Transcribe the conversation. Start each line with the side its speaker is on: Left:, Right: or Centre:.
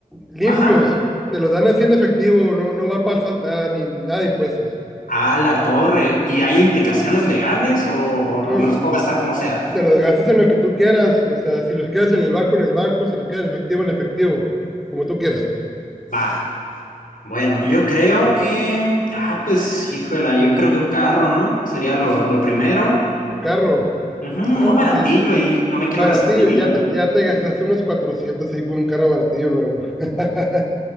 Centre: limpios,
Left: ajá,
Centre: te los dan así en efectivo, no, no va a pasar nada, ni nada de impuestos.
Left: a la torre. ¿Y hay implicaciones legales o, o-
Centre: Ujú.
Left: o me los puedo gastar como sea?
Centre: Te los gastas en lo que tú quieras, o sea, si los quieres en el banco, en el banco, si los quieres en efectivo, en efectivo, como tú quieras.
Left: Va, bueno, yo creo que, ah, pues, híjola, yo creo que un carro, ¿no? Sería lo, lo primero.
Centre: Tu carro,
Left: Ujú, uno
Centre: no,
Left: baratillo
Centre: pues ahí
Left: ahí, no me quiero
Centre: Baratillo,
Left: gastar mi millón.
Centre: ya te, ya te gastaste unos 400 ahí con un carro baratillo nuevo. <laughs>